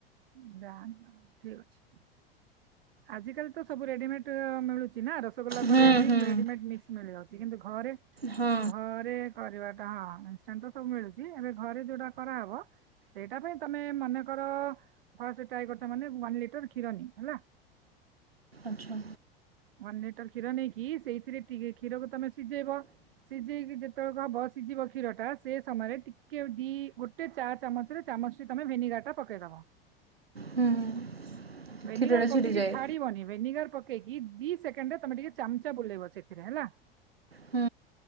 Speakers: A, on the right (about 65°); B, on the right (about 80°).
A: ଠିକ ଅଛି <unintelligible> ଆଜିକାଲି ତ ସବୁ ରେଡିମେଡ ମିଳୁଛି। ରସୋଗୋଲା କରିବା
B: ହୁଁ ହୁଁ
A: ରେଡିମେଡ ମିକସି ମିଳି ଯାଉଛି କିନ୍ତୁ ଘରେ
B: ହଁ
A: ଘରେରେ କରିବା ହଁ ଇନଷ୍ଟାଣ୍ଟ୍ ତ ସବୁ ମିଳୁଛି ଏବେ ଘରେ ଯୋଉଟା କରାହେବ ସେଇଟା ପାଇଁ ତମେ ମନେକର ଫାଷ୍ଟ୍ ଟ୍ରାଇ କରୁଛ ମାନେ ୱାନ୍ ଲିଟର କ୍ଷୀର ନିଅ ହେଲା
B: ଆଛା।
A: ୱାନ୍ ଲିଟର କ୍ଷୀର ନେଇକି ସେଇଥିରେ ଟିକେ କ୍ଷୀରକୁ ତମେ ସିଝେଇବ ସିଝେଇକି ଯେତେବେଳ ହବ ସିଝିବ କ୍ଷୀର ଟା ସେ ସମୟରେ ଟିକେ ଦି ଗୋଟେ ଚା ଚାମଚରେ ଚାମଚଟେ ତମେ ଭେନେଗାର ଟା ପକେଇଦବ।
B: ହୁଁ ହୁଁ
A: ଭେନିଗାର
B: କ୍ଷୀରଟା
A: ପକେଇକି
B: ଛିଡ଼ିଯାଏ
A: ଛାଡିବନି ଭେନିଗାର ପକେଇ ପକେଇକି ଦି ସେକଣ୍ଡ ସେକଣ୍ଡରେ ତମେ ଟିକେ ଚାମଚା ବୁଲେଇବ ସେଥିରେ ହେଲା
B: ହୁଁ।